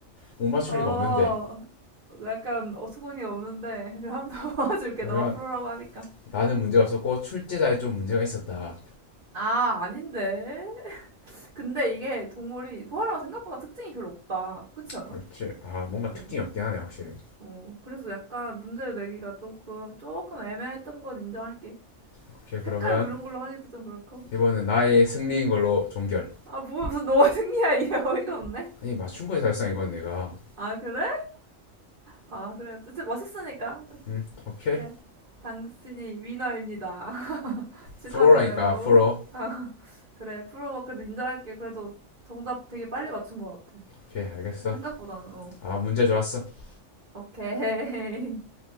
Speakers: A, on the left; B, on the right.
A: 못 맞출
B: 어,
A: 리가 없는데.
B: 약간 어처구니가 없는데 <laughs> 한번 더 도와줄게.
A: 그러면
B: 너가 프로라고 하니까.
A: 나는 문제가 없었고 출제자에 좀 문제가 있었다.
B: 아, 아닌데. 근데 이게 동물이 코알라가 생각보다 특징이 별로 없다. 그렇지 않아?
A: 그렇지. 아, 뭔가
B: 응.
A: 특징이 없긴 하네, 확실히.
B: 어, 그래서 약간 문제를 내기가 조금 조금 애매했던 건 인정할게.
A: 오케이, 그러면
B: 색깔 뭐 이런 걸로 하기도 좀 그렇고.
A: 이번은 나의 승리인 걸로 종결.
B: 아, 뭐 무슨 너가 승리야 이게 <laughs> 어이가 없네.
A: 아니, 맞춘 거지, 사실상 이건 내가.
B: 아, 그래? 아, 그래. 어쨌든 맞췄으니까.
A: 응, 오케이.
B: 그래. 당신이 위너입니다. 축하드려요.
A: 프로라니까, 프로.
B: 아, <laughs> 그래, 프로버 그래도 인정할게. 그래도 정답 되게 빨리 맞춘 것 같아.
A: 오케이, 알겠어.
B: 생각보다는, 어.
A: 아, 문제 좋았어.
B: 오케이. <laughs>